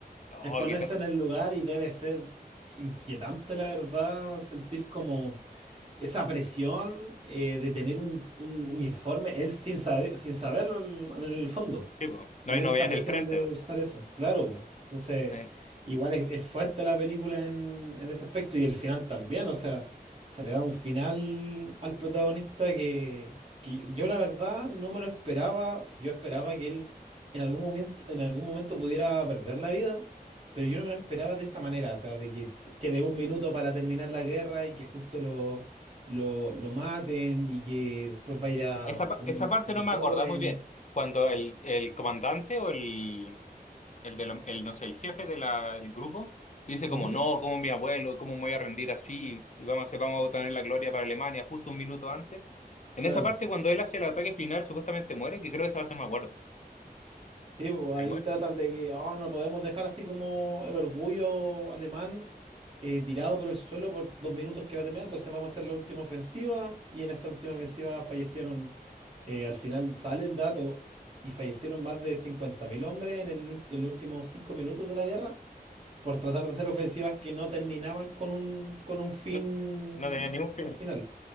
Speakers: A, on the left; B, on the right.
A: no,
B: Es ponerse
A: qué tal".
B: en el lugar y debe ser inquietante, la verdad, sentir como esa presión eh, de tener un, un uniforme, él sin saber, sin saberlo en en el fondo.
A: Sí, po,
B: tener
A: no hay novedad
B: esa presión
A: en el frente.
B: de
A: po.
B: usar eso, claro. po. Entonces,
A: Eh,
B: igual es, es fuerte la película en, en ese aspecto y el final también, o sea, se le da un final al protagonista que, que yo la verdad no me lo esperaba, yo esperaba que él en algún momento, en algún momento pudiera perder la vida, pero yo no me lo esperaba de esa manera, o sea, de que, que de un minuto para terminar la guerra y que justo lo... Lo, lo maten y que después vaya
A: Esa, pa-
B: un
A: esa parte
B: chico
A: no
B: joven.
A: me acordaba muy bien. Cuando el, el comandante o el, el de lo- el, no sé, el jefe del grupo, dice
B: Ujú,
A: como, no, como mi abuelo, cómo me voy a rendir así, y vamos a, hacer- vamos a obtener la gloria para Alemania justo un minuto antes. En
B: claro.
A: esa parte, cuando él hace el ataque final, supuestamente muere, que creo que esa parte no me acuerdo.
B: Sí, pues
A: Ahí
B: ahí
A: muere.
B: tratan de que oh, no podemos dejar así como el orgullo alemán eh, tirado por el suelo por dos minutos que va a terminar. Entonces vamos a hacer la última ofensiva. Y en esa última ofensiva fallecieron, eh, al final sale el dato, y fallecieron más de 50.000 hombres en el, ul- en los últimos cinco minutos de la guerra por tratar de hacer ofensivas que no terminaban con un, con un fin
A: No, no tenía ningún fin.
B: al final.